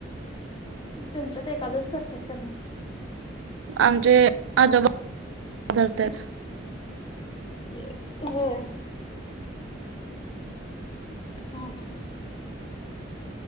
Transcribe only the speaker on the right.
आमचे आजोबा करत्यात.